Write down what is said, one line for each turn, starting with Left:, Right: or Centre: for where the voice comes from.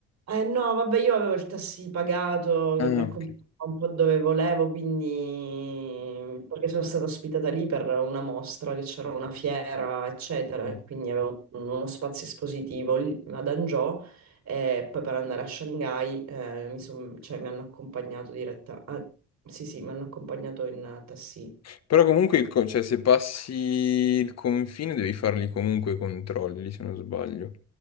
Right: Eh, no, vabbè, io avevo il taxi pagato
Left: Ah,
Right: che mi accompagnava
Left: ok.
Right: un po' dove volevo, quindi perché sono stata ospitata lì per una mostra che c'era una fiera, eccetera,
Left: Mhm.
Right: e quindi avevo uno spazio espositivo lì ad Hangzhou e poi per andare a Shanghai eh, mi, son- cioè, mi hanno accompagnato diretta. Ah, sì, sì, mi hanno accompagnato in taxi.
Left: Però comunque, il con- cioè, se passi il confine devi farli comunque i controlli, se non sbaglio.